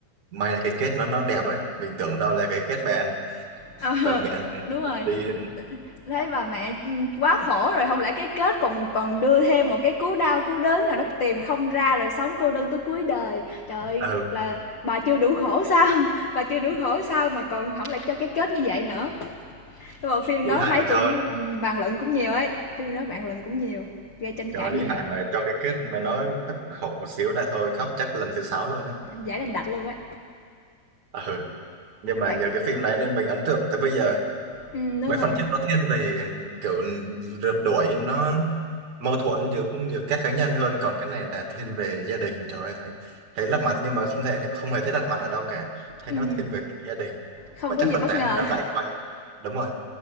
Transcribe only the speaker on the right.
may là cái kết nó nó đẹp ấy mình tưởng đâu là cái kết bèn
và mẹ này
đi
ừ,
Lý
Hải
mà
cho
cho
Lý
Hải
mà cho cái kết mà nó thật khổ một xíu là thôi khóc chắc lần thứ sáu luôn đấy
ừ. nhưng mà
nhờ cái phim đấy nên mình ấn tượng tới bây giờ
mấy
phần trước nó thiên về kiểu rượt đuổi nó mâu thuẫn giữa giữa các cá nhân hơn còn cái này là thiên về gia đình trời ơi thấy thấy lật mặt nhưng mà không thể không hề thấy lật mặt ở đâu cả thấy
nó thiên về gia đình
mà
chắc
phần
8
nó lại quay đúng rồi